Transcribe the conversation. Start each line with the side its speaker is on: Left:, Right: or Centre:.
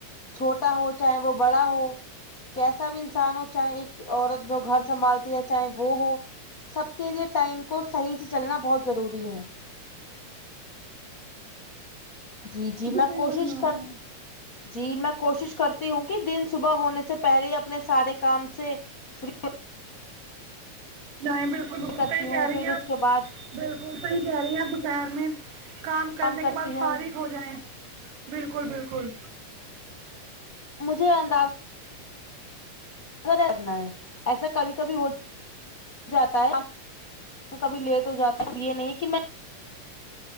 Left: چھوٹا ہو چاہے وہ بڑا ہو کیسا بھی انسان ہو چاہے ایک عورت جو گھر سنبھالتی ہے چاہے وہ ہو سب کے لیے ٹائم کو صحیح سے چلنا بہت ضروری ہے جی جی
Right: بالکل
Left: میں
Right: صحیح
Left: کوشش
Right: فرما
Left: کر
Right: رہے ہیں
Left: جی میں کوشش کرتی ہوں کہ دن صبح ہونے سے پہلے اپنے سارے کام سے فری
Right: نہیں بالکل بالکل
Left: کرتی
Right: صحیح
Left: ہوں
Right: کہہ رہی
Left: پھر
Right: ہیں آپ
Left: اس کے بعد
Right: بالکل صحیح کہہ رہی ہیں آپ دوپہر میں کام کرنے
Left: کرتی
Right: کے بعد
Left: ہوں
Right: فارغ ہو جائیں بالکل بالکل
Left: مجھے انداز کرنا ہے ایسا کبھی کبھی ہو جاتا ہے کبھی لیٹ ہو جاتا ہوں یہ نہیں کہ میں